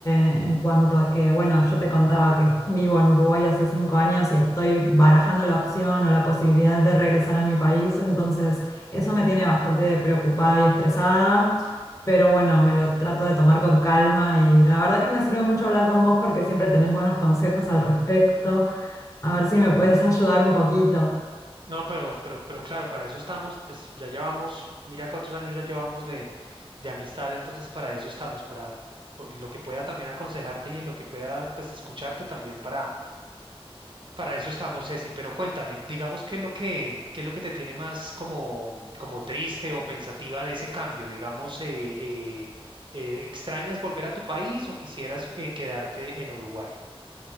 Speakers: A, on the left; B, on the right.
A: en cuanto a que, bueno, yo te contaba que vivo en Uruguay hace cinco años y estoy barajando la opción o la posibilidad de regresar a mi país, entonces eso me tiene bastante preocupada y estresada, pero bueno, me lo trato de tomar con calma y la verdad que me sirve mucho hablar con vos porque siempre tenés buenos consejos al respecto, a ver si me puedes <laughs> ayudar un poquito.
B: No, pero, pero, pero claro, para eso estamos, pues ya llevamos, mira cuántos años ya llevamos de, de amistad, entonces para eso estamos, para pues, lo que pueda también aconsejarte y en lo que pueda pues escucharte también para, para eso estamos, Ceci. Pero cuéntame, digamos qué es lo que, qué es lo que te tiene más como, como triste o pensativa de ese cambio, digamos, eh, eh, eh, ¿extrañas volver a tu país o quisieras eh, quedarte en Uruguay?